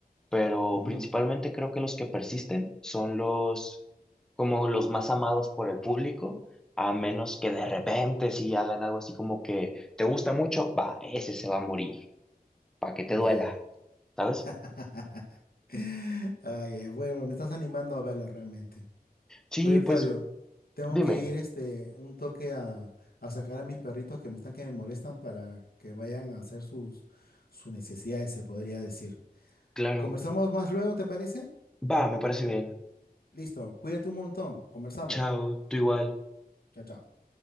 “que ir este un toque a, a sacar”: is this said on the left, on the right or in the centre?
Left